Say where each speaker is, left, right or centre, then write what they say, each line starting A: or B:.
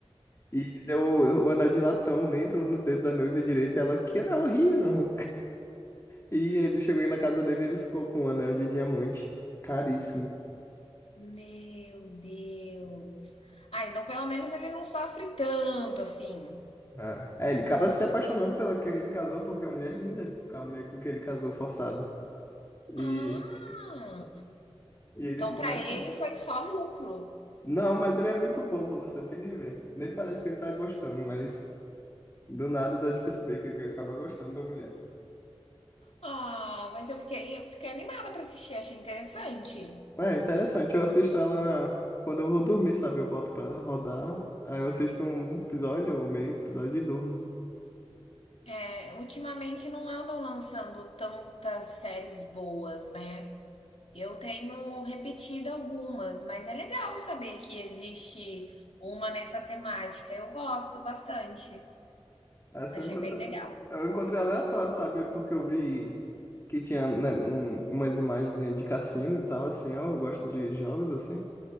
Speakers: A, on the left; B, on the left.
A: E deu o o anel de latão, nem entrou no dedo da noiva direito. E ela, que anel horrível! E ele chegou aí na casa dele e ele ficou com um anel de diamante. Caríssimo.
B: Meu Deus. Ah, então pelo menos ele não sofre tanto assim.
A: Ah. É, ele acaba se apaixonando pela quem ele casou, porque a mulher é linda, com a mulher com quem ele casou forçado. E,
B: Ah,
A: e ele
B: então
A: começa.
B: pra ele foi só lucro.
A: Não, mas ele é muito bobo, você tem que ver. Nem parece que ele tá gostando, mas do nada dá de perceber que ele acaba gostando da mulher.
B: Ah, mas eu fiquei, eu fiquei animada pra assistir, achei interessante.
A: É interessante, eu assisto ela quando eu vou dormir, sabe? Eu boto pra rodar, aí eu assisto um episódio ou meio episódio e durmo.
B: É, ultimamente não andam lançando tantas séries boas, né? Eu tenho repetido algumas, mas é legal saber que existe uma nessa temática. Eu gosto bastante.
A: Essa
B: Achei
A: eu encontrei,
B: bem legal.
A: eu encontrei aleatório, sabe? Porque eu vi que tinha, né, um- umas imagens de cassino e tal, assim. Eu gosto de jogos, assim.